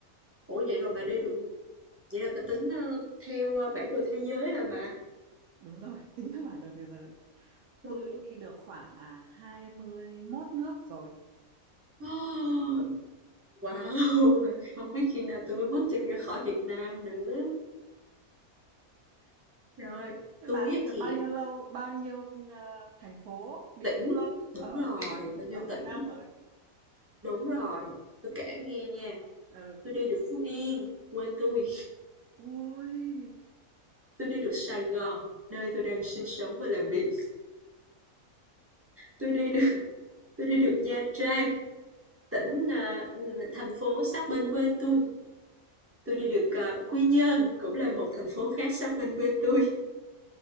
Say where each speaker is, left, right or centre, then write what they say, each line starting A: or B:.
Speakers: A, on the right (about 20°); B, on the right (about 85°).
A: Ủa vậy rồi bà đi được, vậy là bà tính ờ, theo ờ, bản đồ thế giới hả bà?
B: Đúng rồi, <laughs> tính theo bản đồ thế giới. Tôi
A: Ôi,
B: đi được khoảng à, 21 nước rồi.
A: <gasps> Wow! <laughs> không biết khi nào tôi mới bước chân ra khỏi Việt Nam nữa. rồi
B: Thế
A: tôi
B: bà
A: tui
B: đi
A: á
B: được
A: thì
B: bao nhiêu lâu, bao nhiêu à, thành phố, địa
A: tỉnh
B: phương ở
A: đúng rồi,
B: tỉnh
A: bao nhiêu
B: ở Việt
A: tỉnh,
B: Nam rồi?
A: đúng rồi, tôi kể nghe nha,
B: Ừ.
A: tôi đi được Phú Yên, quê tôi
B: Ôi,
A: tôi đi được Sài Gòn, nơi tôi đang sinh sống và làm việc. tôi đi được tôi đi được Nha Trang, tỉnh, à, thành phố sát bên quê tôi tôi đi được, ờ, Quy Nhơn, cũng là một thành phố khác sát bên quê tôi